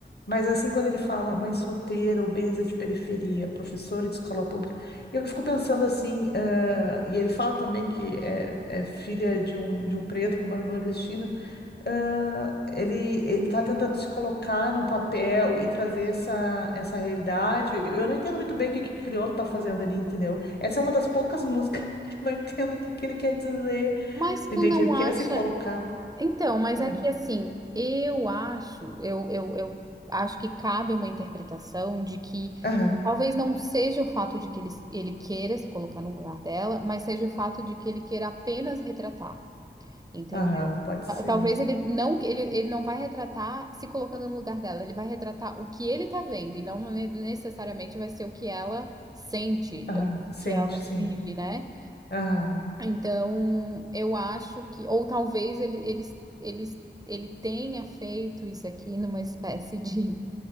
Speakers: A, on the left; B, on the right.
A: Mas assim, quando ele fala mãe solteira, obesa de periferia, professora de escola pública eu fico pensando assim, eh, e ele fala também que é, é filha de um, de um preto com uma nordestina. ah, ele ele está tentando se colocar num papel e trazer essa, essa realidade. Eu não entendo muito bem o que que o Criolo está fazendo ali, entendeu? Essa é uma das poucas músicas <laughs> que eu não entendo o que, que ele quer dizer.
B: Mas tu
A: Entende?
B: não
A: Ele quer
B: acha.
A: se colocar.
B: Então, mas
A: É.
B: é que assim, eu acho, eu, eu, eu acho que cabe uma interpretação de que
A: Aham,
B: talvez não seja o fato de que ele, ele queira se colocar no lugar dela, mas seja o fato de que ele queira apenas retratar. Entendeu?
A: aham, pode
B: Ta-
A: ser.
B: Talvez ele não ele, ele não vai retratar se colocando no lugar dela, ele vai retratar o que ele tá vendo e não ne- necessariamente vai ser o que ela sente
A: Aham,
B: ou o
A: sente,
B: que ela
A: sim.
B: vive, né?
A: Aham,
B: Então, eu acho que ou talvez ele ele, ele, ele tenha feito isso aqui numa espécie de,